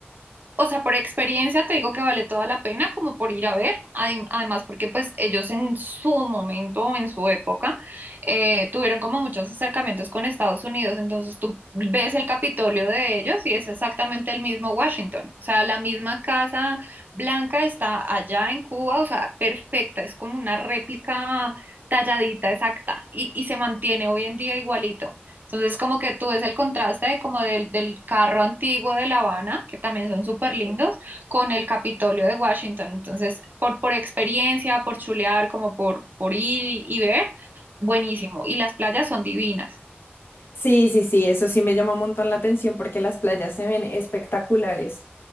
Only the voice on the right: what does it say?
O sea, por experiencia te digo que vale toda la pena como por ir a ver, Adem- además porque pues ellos en su momento, en su época, eh, tuvieron como muchos acercamientos con Estados Unidos, entonces tú ves el Capitolio de ellos y es exactamente el mismo Washington, o sea, la misma Casa Blanca está allá en Cuba, o sea, perfecta, es como una réplica talladita exacta y, y se mantiene hoy en día igualito. Entonces, como que tú ves el contraste de como del, del carro antiguo de La Habana, que también son súper lindos, con el Capitolio de Washington. Entonces, por, por experiencia, por chulear, como por, por ir y ver, buenísimo. Y las playas son divinas.